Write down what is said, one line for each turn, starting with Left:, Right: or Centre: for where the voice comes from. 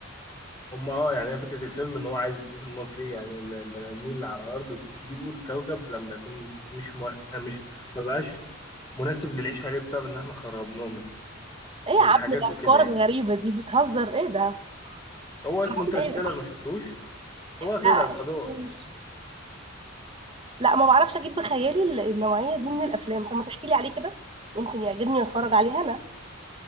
Left: هم اه يعني هي فكرة الفيلم ان هو عايز المصري يعني ال- البني ادمين اللي على الارض تسيبوا الكوكب لما يكون مش مو... يعني مش ما بقاش مناسب للعيش عليه بسبب ان احنا خربناه من
Right: ايه يا
Left: من
Right: عم
Left: حاجات
Right: الافكار
Left: وكده يعني
Right: الغريبه دي بتهزر ايه ده
Left: هو
Right: عامل
Left: اسمه انترستيلر
Right: ايه
Left: ما شفتوش هو كده
Right: لا
Left: فضاء
Right: مشفتوش. لا ما بعرفش اجيب بخيالي ال- النوعيه دي من الافلام طب ما تحكي لي عليه كده يمكن يعجبني واتفرج عليه انا